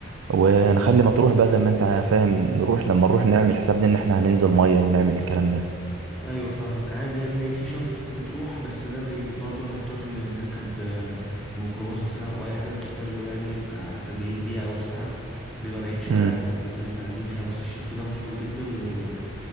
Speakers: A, on the right; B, in the centre.
A: ونخلي مطروح بقى زي ما انت فاهم نروح لما نروح نعمل حسابنا ان احنا هننزل ميه ونعمل الكلام ده
B: أيوة فاهمك عادي إن في شط في مطروح بس ده بي- برضه هنضطر إن نركب آه، ميكروباص مثلا أو أي حاجة نسافر له يعني بتاع 40 دقيقة أو ساعة بيبقى بعيد شوية
A: امم
B: عن الحتة اللي احنا قاعدين فيها بس الشط ده مشهور جدا و...